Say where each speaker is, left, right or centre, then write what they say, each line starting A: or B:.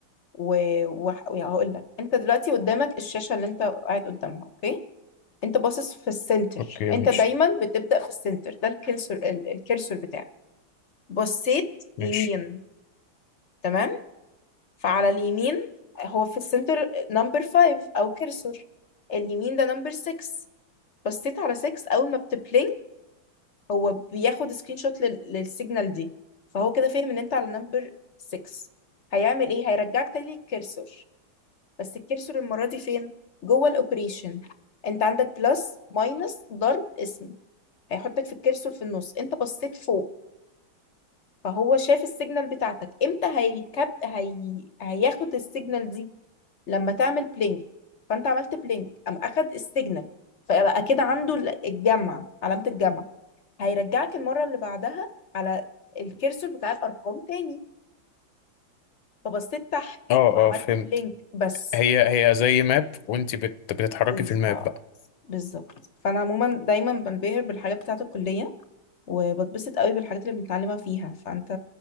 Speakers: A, on the left (about 50°); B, on the left (about 75°).
A: وهقول لك انت دلوقتي قدامك الشاشه اللي انت قاعد قدامها اوكي انت باصص في السنتر
B: اوكي
A: انت
B: ماشي
A: دايما بتبدا في السنتر ده الكرسور ال- الكرسور بتاعك بصيت
B: ماشي
A: يمين تمام فعلى اليمين هو في السنتر نمبر 5 او كرسور اليمين ده نمبر 6 بصيت على 6 اول ما بتبلينج هو بياخد سكرين شوت لل- للسيجنال دي فهو كده فاهم ان انت على نمبر 6 هيعمل ايه هيرجعك تاني للكرسور بس الكرسور المرة دي فين جوه الاوبريشن انت عندك بلس ماينس ضرب اسم هيحطك في الكرسور في النص انت بصيت فوق فهو شاف السيجنال بتاعتك امتى هيكب هي... هياخد السيجنال دي لما تعمل بلينك فانت عملت بلينك قام اخد السيجنال فبقى كده عنده ال- الجمع علامة الجمع هيرجعك المرة اللي بعدها على الكرسور بتاع الارقام تاني فبصيت تحت
B: اه
A: عملت
B: اه فهمت
A: بلينك بس
B: هي هي زي ماب وانت بت... بتتحركي
A: بالظبط
B: في الماب بقى
A: بالظبط فانا عموما دايما بنبهر بالحاجات بتاعه الكليه وبتبسط قوي بالحاجات اللي بنتعلمها فيها فانت